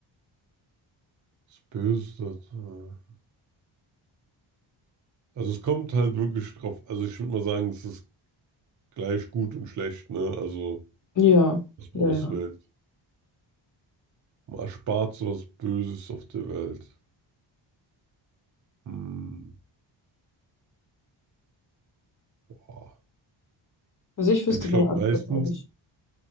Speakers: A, on the right (about 40°); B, on the left (about 40°).
A: Was Böses, das, äh. Also es kommt halt wirklich drauf. Also ich würde mal sagen, es ist gleich gut und schlecht, ne? Also
B: Ja,
A: was
B: ja,
A: man auswählt.
B: ja.
A: Man erspart sowas Böses auf der Welt. Hm, boah.
B: Also, ich wüsste
A: Ja, ich
B: meine
A: glaube
B: Antwort,
A: meistens,
B: glaube ich.